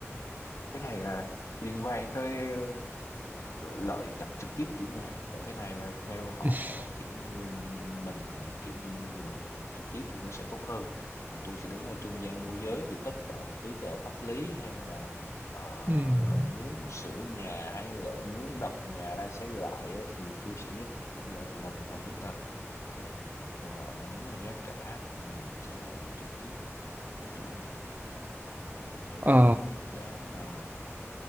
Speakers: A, on the left (about 75°); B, on the right (about 35°).
A: cái này là liên quan tới ờ, lợi gặp trực tiếp chủ nhà tại cái này là theo họ
B: <laughs>
A: kiểu như mình ờ, kiểu như mình gặp mặt trực tiếp thì nó sẽ tốt hơn còn tôi sẽ đứng ở trung gian môi giới thì tất cả các giấy tờ pháp lý hay là ờ,
B: Ừm,
A: lợi muốn sửa nhà hay lợi muốn đập nhà ra xây lại á, thì tôi sẽ giúp lợi làm làm giấy tờ ok còn lại mà nếu mà giá cả thì mình sẽ làm việc trực tiếp với chủ nhà rồi để
B: ờ,
A: đưa ra cái giá mà